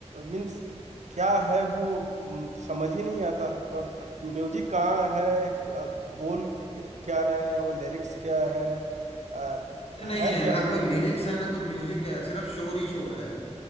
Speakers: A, on the right (about 80°); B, on the left (about 55°).
A: मीन्स क्या है वो म, समझ ही नहीं आता और म्यूजिक कहाँ है अ, बोल क- क्या रहे हैं वो लिरिक्स क्या है अ,
B: नहीं
A: है
B: है
A: क्या
B: ना
A: वो
B: कोई
A: कुछ-
B: लिरिक्स है ना कोई म्यूजिक है सिर्फ शोर ही शोर है